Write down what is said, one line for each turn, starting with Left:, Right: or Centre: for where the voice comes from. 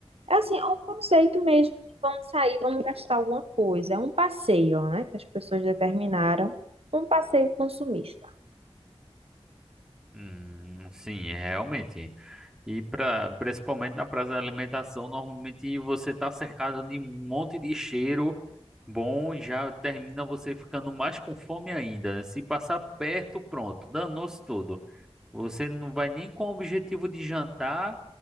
Right: É assim, é um conceito mesmo de vamos sair, vamos gastar alguma coisa. É um passeio, né? Que as pessoas determinaram. Um passeio consumista.
Centre: hum, sim, realmente. E pra, principalmente na praça da alimentação, normalmente você tá cercado de um monte de cheiro bom e já termina você ficando mais com fome ainda. Se passar perto, pronto, danou-se tudo. Você não vai nem com o objetivo de jantar